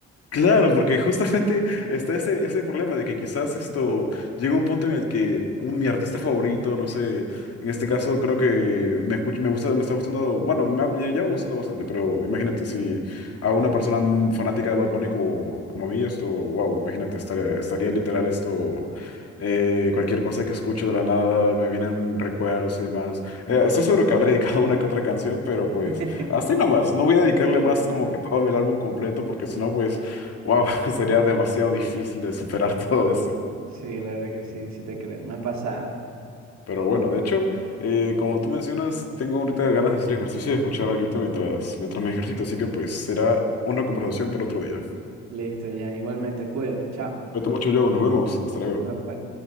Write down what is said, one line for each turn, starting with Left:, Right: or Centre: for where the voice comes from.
Left: Claro, porque justamente <laughs> está ese, ese problema de que quizás esto llega un punto en el que un, mi artista favorito, no sé, en este caso creo que me, escuch- me gusta, me está gustando, bueno, me, ha- me lleva gustando bastante, pero imagínate si a una persona mm, fanática de Bad Bunny como, como a mí, esto, wow, imagínate, estaría, estaría literal esto, eh, cualquier cosa que escucho de la nada, me vienen recuerdos y demás.
Right: ujú.
Left: Eh, estoy seguro que habrá <laughs> dedicado una que otra canción, pero
Right: <laughs>
Left: pues... Hasta ahí nomás, no voy a dedicarle
Right: Sí,
Left: más
Right: le-
Left: como que todo el álbum completo, porque si no, pues Wow, <laughs> sería demasiado difícil de superar todo eso.
Right: sí, la verdad que sí, sí te creo, me ha pasado.
Left: Pero bueno, de hecho, eh, como tú mencionas, tengo ahorita ganas de hacer ejercicio y de escuchar algo mientras, mientras me ejercito, así que pues será una conversación para otro día.
Right: Listo, ya, igualmente, cuídate, chao.
Left: Cuídate mucho, Joe, nos vemos, hasta luego.
Right: Bye, bye.